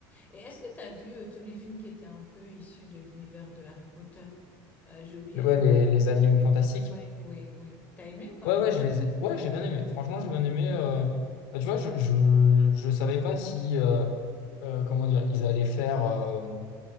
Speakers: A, on the left; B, on the left.
A: Et est-ce que tu as vu euh, tous les films qui étaient un peu issus de l'univers de Harry Potter? Euh, j'ai oublié
B: Ouais,
A: les
B: les,
A: noms.
B: les animaux fantastiques.
A: Ouais, ouais, ouais. T'as aimé ou pas?
B: Ouais, ouais, je les ai- ouais, j'ai bien aimé. Franchement, j'ai bien aimé. euh, bah, tu vois, je, je, je savais pas si, euh, euh, comment dire, ils allaient faire, euh,